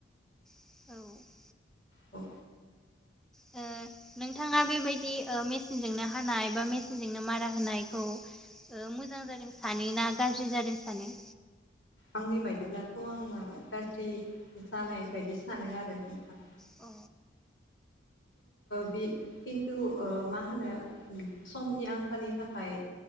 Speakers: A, in the centre; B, on the left.
A: औ
B: औ
A: ओ नोंथाङा बेबायदि मेसिनजोंनो हानाय बा मेसिनजोंनो मारा होनायखौ मोजां जादों सानो ना गाज्रि जादों सानो
B: आंनि बायदिब्लाथ' आङो गाज्रि जानाय बायदि सानो आरो नोंथां
A: अ
B: बे खिन्थु मा होनो समनि आंखालनि थाखाय